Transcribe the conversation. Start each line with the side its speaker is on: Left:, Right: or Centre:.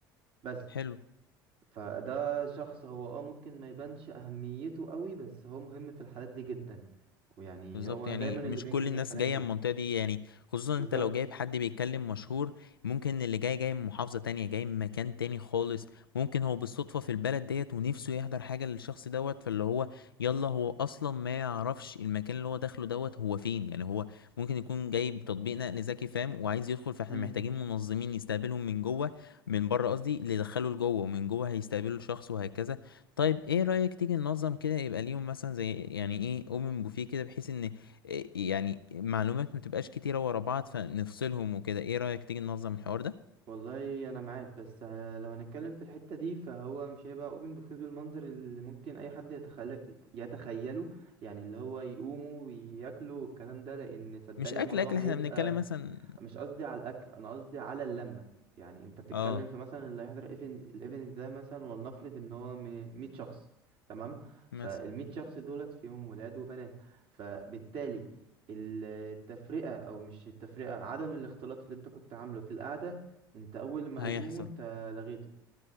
Right: بس
Left: حلو
Right: فده شخص هو اه ممكن ما يبانش اهميته قوي بس هو مهم في الحالات دي جدا ويعني
Left: بالظبط
Right: هو
Left: يعني
Right: دايما
Left: مش
Right: اللي بينقذ
Left: كل الناس
Right: الحالات
Left: جاية
Right: دي
Left: من المنطقة دي يعني خصوصا
Right: بالظبط
Left: انت لو جايب حد بيتكلم مشهور ممكن اللي جاي جاي من محافظة تانية جاي من مكان تاني خالص ممكن هو بالصدفة في البلد ديت ونفسه يحضر حاجة للشخص دوت فاللي هو يلا هو أصلا ما يعرفش المكان اللي هو داخله دوت هو فين يعني هو ممكن يكون جايب تطبيق نقل ذكي فاهم وعايز يدخل فاحنا
Right: امم
Left: محتاجين منظمين يستقبلهم من جوه من بره قصدي اللي يدخله لجوه ومن جوه هيستقبلوا الشخص وهكذا طيب ايه رأيك تيجي ننظم كده يبقى ليهم مثلا زي يعني ايه اوبن بوفيه كده بحيث ان إيه يعني معلومات ما تبقاش كتيرة ورا بعض فنفصلهم وكده ايه رأيك تيجي ننظم الحوار ده
Right: والله انا معاك بس آه، لو هنتكلم في الحتة دي فهو مش هيبقى اوبن بوفيه بالمنظر اللي ممكن اي حد يتخيل يتخيله يعني اللي هو يقوموا وياكلوا والكلام ده لان صدقني
Left: مش اكل
Right: الموضوع
Left: اكل احنا
Right: هيبقى
Left: بنتكلم مثلا
Right: مش قصدي على الاكل انا قصدي على اللمه يعني انت بتتكلم
Left: اه
Right: في مثلا اللي هيحضر ايفنت الايفنت ده مثلا ولنفرض ان هو م- 100 شخص تمام
Left: مثلا
Right: فال100 شخص دولت فيهم ولاد وبنات فبالتالي التفرقه او مش التفرقه عدم الاختلاط اللي انت كنت عامله في القعده انت اول ما
Left: هيحصل
Right: هيقوموا انت لغيته